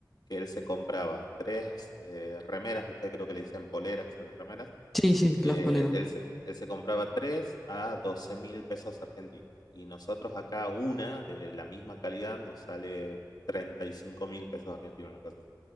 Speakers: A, on the left; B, in the centre.
A: que él se compraba tres eh, remeras, usted creo que le dicen poleras a las remeras,
B: Sí, sí,
A: eh,
B: las poleras.
A: él, se, él se compraba tres a doce mil pesos argentinos. Y nosotros acá una de la misma calidad nos sale treinta y cinco mil pesos argentinos, una cosa así.